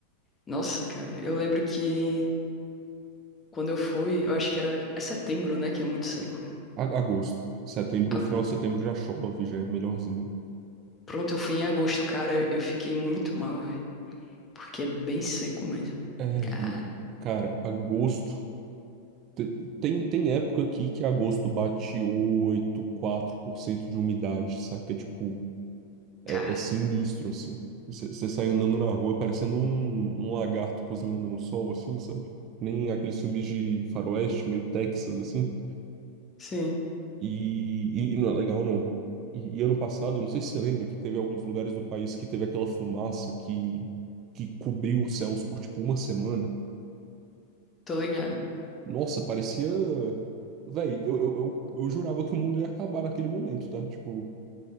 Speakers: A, on the left; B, on the right.
A: Nossa, cara, eu lembro que quando eu fui, eu acho que era. É setembro, né, que é muito seco.
B: a- agosto. Setembro,
A: A-
B: final de setembro já chove, já é melhorzinho.
A: Pronto, eu fui em agosto, cara, eu fiquei muito mal, velho. Porque é bem seco mesmo.
B: É,
A: Cara,
B: n- cara, agosto. Te- Tem, tem época aqui que agosto bate oito quatro por cento de umidade, saca? É Tipo, é,
A: cara.
B: é sinistro, assim. Você sai andando na rua parecendo um, um lagarto cozinhando no sol, assim, sabe? Nem aqueles filmes de faroeste, meio Texas, assim.
A: Sim,
B: E, e, e não é legal, não. E, e ano passado, eu não sei se você lembra, que teve alguns lugares do país que teve aquela fumaça que, que cobriu os céus por, tipo, uma semana.
A: tô ligado.
B: Nossa, parecia. Véi, eu, eu, eu, eu jurava que o mundo ia acabar naquele momento, tá? Tipo,